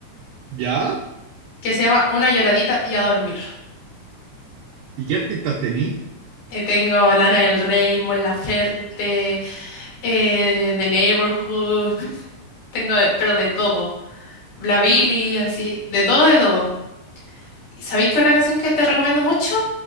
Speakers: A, on the right (about 80°); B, on the left (about 55°).
A: ¿Ya?
B: Que se llama Una lloradita y a dormir.
A: ¿Y qué artistas tení?
B: Eh, tengo Lana del Rey, Mon Laferte, eh, The Neighborhood. <laughs> Tengo, de- pero de todo. La Billy, así, de todo, de todo. ¿Y ¿Sabéis que una canción que te recomiendo mucho?